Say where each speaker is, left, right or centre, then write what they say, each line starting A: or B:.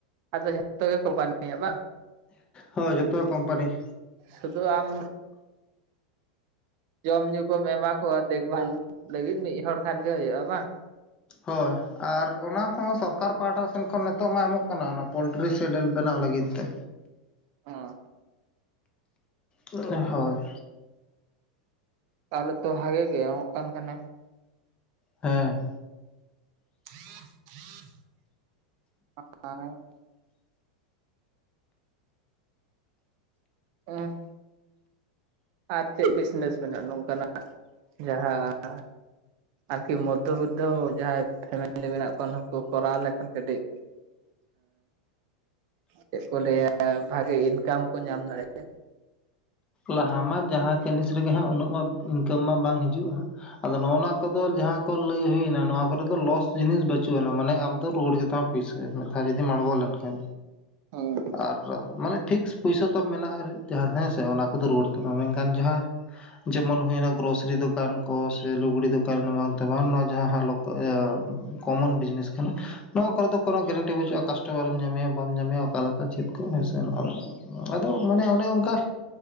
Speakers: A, on the right; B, on the left.
A: ᱟᱫᱚ ᱡᱷᱚᱛᱚ ᱜᱮ ᱠᱚᱢᱯᱟᱱᱤᱭᱤᱭᱟ ᱵᱟᱝ
B: ᱦᱳᱭ ᱡᱚᱛᱚ ᱠᱳᱢᱯᱟᱱᱤ
A: ᱥᱩᱫᱩ ᱟᱢ ᱡᱚᱢ ᱧᱩ ᱠᱚᱢ ᱮᱢᱟ ᱠᱚᱣᱟ ᱫᱮᱠᱷᱵᱷᱟᱞ ᱞᱟᱹᱜᱤᱫ ᱢᱤᱫ ᱦᱚᱲ ᱠᱷᱟᱱ ᱜᱮ ᱦᱩᱭᱩᱜᱼᱟ ᱵᱟᱝ
B: ᱦᱳᱭ ᱟᱨ ᱚᱱᱟ ᱦᱚᱸ ᱥᱚᱨᱠᱟᱨ ᱯᱟᱦᱴᱟ ᱥᱮᱱ ᱠᱷᱚᱱ ᱱᱤᱛᱚᱜ ᱢᱟ ᱮᱢᱚᱜ ᱠᱟᱱᱟ ᱚᱱᱟ ᱯᱳᱞᱴᱤᱨᱤ ᱥᱮᱰᱮᱞ ᱵᱮᱱᱟᱣ ᱞᱟᱹᱜᱤᱫ ᱛᱮ
A: ᱚ
B: ᱦᱳᱭ
A: ᱛᱟᱦᱚᱞᱮ ᱛᱚ ᱵᱷᱟᱜᱮ ᱜᱮ ᱮᱢᱚᱜ ᱠᱟᱱ ᱠᱟᱱᱮ
B: ᱦᱮᱸ
A: ᱟᱨ <unintelligible> ᱮᱸ <inaudible> ᱟᱨ ᱪᱮᱫ ᱵᱤᱡᱱᱮᱥ ᱢᱮᱱᱟᱜᱼᱟ ᱱᱚᱝᱠᱟᱱᱟᱜ ᱡᱟᱦᱟᱸ ᱟᱨᱠᱤ ᱢᱚᱫᱽᱫᱷᱚᱵᱤᱛᱛᱚ ᱡᱟᱦᱟᱸᱭ ᱯᱷᱮᱢᱮᱞᱤ ᱢᱮᱱᱟᱜ ᱠᱚᱣᱟ ᱩᱱᱩᱠᱩ ᱠᱚᱨᱟᱣ ᱞᱮᱠᱷᱟᱱ ᱠᱟᱹᱴᱤᱡ ᱪᱮᱫ ᱠᱚ ᱞᱟᱹᱭᱟ ᱵᱷᱟᱜᱤ ᱤᱱᱠᱟᱢ ᱠᱚ ᱧᱟᱢ ᱫᱟᱲᱮᱭᱟᱜᱼᱟ
B: ᱞᱟᱦᱟ ᱢᱟ ᱡᱟᱦᱟᱸ ᱡᱤᱱᱤᱥ ᱨᱮᱜᱮ ᱦᱟᱸᱜ ᱩᱱᱟᱹᱜ ᱢᱟ ᱤᱱᱠᱟᱢ ᱢᱟ ᱵᱟᱝ ᱦᱤᱡᱩᱜᱼᱟ ᱟᱫᱚ ᱱᱚᱜ ᱱᱚᱣᱟ ᱠᱚᱫᱚ ᱡᱟᱦᱟᱸ ᱠᱚ ᱞᱟᱹᱭ ᱦᱩᱭᱮᱱᱟ ᱱᱚᱣᱟ ᱠᱚᱨᱮ ᱫᱚ ᱞᱚᱥ ᱡᱤᱱᱤᱥ ᱵᱟᱹᱪᱩᱜ ᱟᱱᱟ ᱢᱟᱱᱮ ᱟᱢ ᱫᱚ ᱨᱩᱣᱟᱹᱲ ᱠᱟᱛᱮ ᱚ ᱯᱩᱭᱥᱟᱹ ᱢᱤᱫ ᱫᱷᱟᱣ ᱡᱩᱫᱤ ᱟᱬᱜᱚ ᱞᱮᱱᱠᱷᱟᱱ
A: ᱦᱩᱸ
B: ᱟᱨ ᱢᱟᱱᱮ ᱯᱷᱤᱠᱥ ᱯᱩᱭᱥᱟ ᱛᱟᱢ ᱢᱮᱱᱟᱜᱼᱟ ᱦᱮᱸᱥᱮ ᱚᱱᱟ ᱠᱚᱫᱚ ᱟᱨ ᱨᱩᱭᱟ. ᱲ ᱛᱟᱢᱟ ᱢᱮᱱᱠᱷᱟᱱ ᱪᱮᱛᱟᱱ ᱡᱟᱦᱟᱸ ᱡᱮᱢᱚᱱ ᱦᱩᱭᱱᱟ ᱜᱨᱚᱥᱟᱨᱤ ᱫᱚᱠᱟᱱ ᱠᱚ ᱥᱮ ᱞᱩᱜᱽᱲᱤ ᱫᱚᱠᱟᱱ ᱮᱢᱟᱱ ᱛᱮᱢᱟᱱ ᱱᱚᱣᱟ ᱡᱟᱦᱟᱸ ᱦᱟᱞᱚᱛ ᱠᱚᱢᱚᱱ ᱵᱤᱡᱽᱱᱮᱥ ᱠᱟᱱᱟ ᱱᱚᱣᱟ ᱠᱚᱨᱮ ᱫᱚ ᱠᱳᱱᱳ ᱜᱮᱨᱮᱱᱴᱤ ᱵᱟᱹᱪᱩᱜᱼᱟ ᱠᱟᱥᱴᱚᱢᱟᱨᱮᱢ ᱧᱟᱢᱮᱭᱟ ᱵᱟᱢ ᱧᱟᱢᱮᱭᱟ ᱚᱠᱟ ᱞᱮᱠᱟ ᱪᱮᱫ ᱠᱚ ᱦᱮᱸ ᱥᱮ ᱟᱫᱚ ᱢᱟᱱᱮ ᱚᱱᱮ ᱚᱱᱠᱟ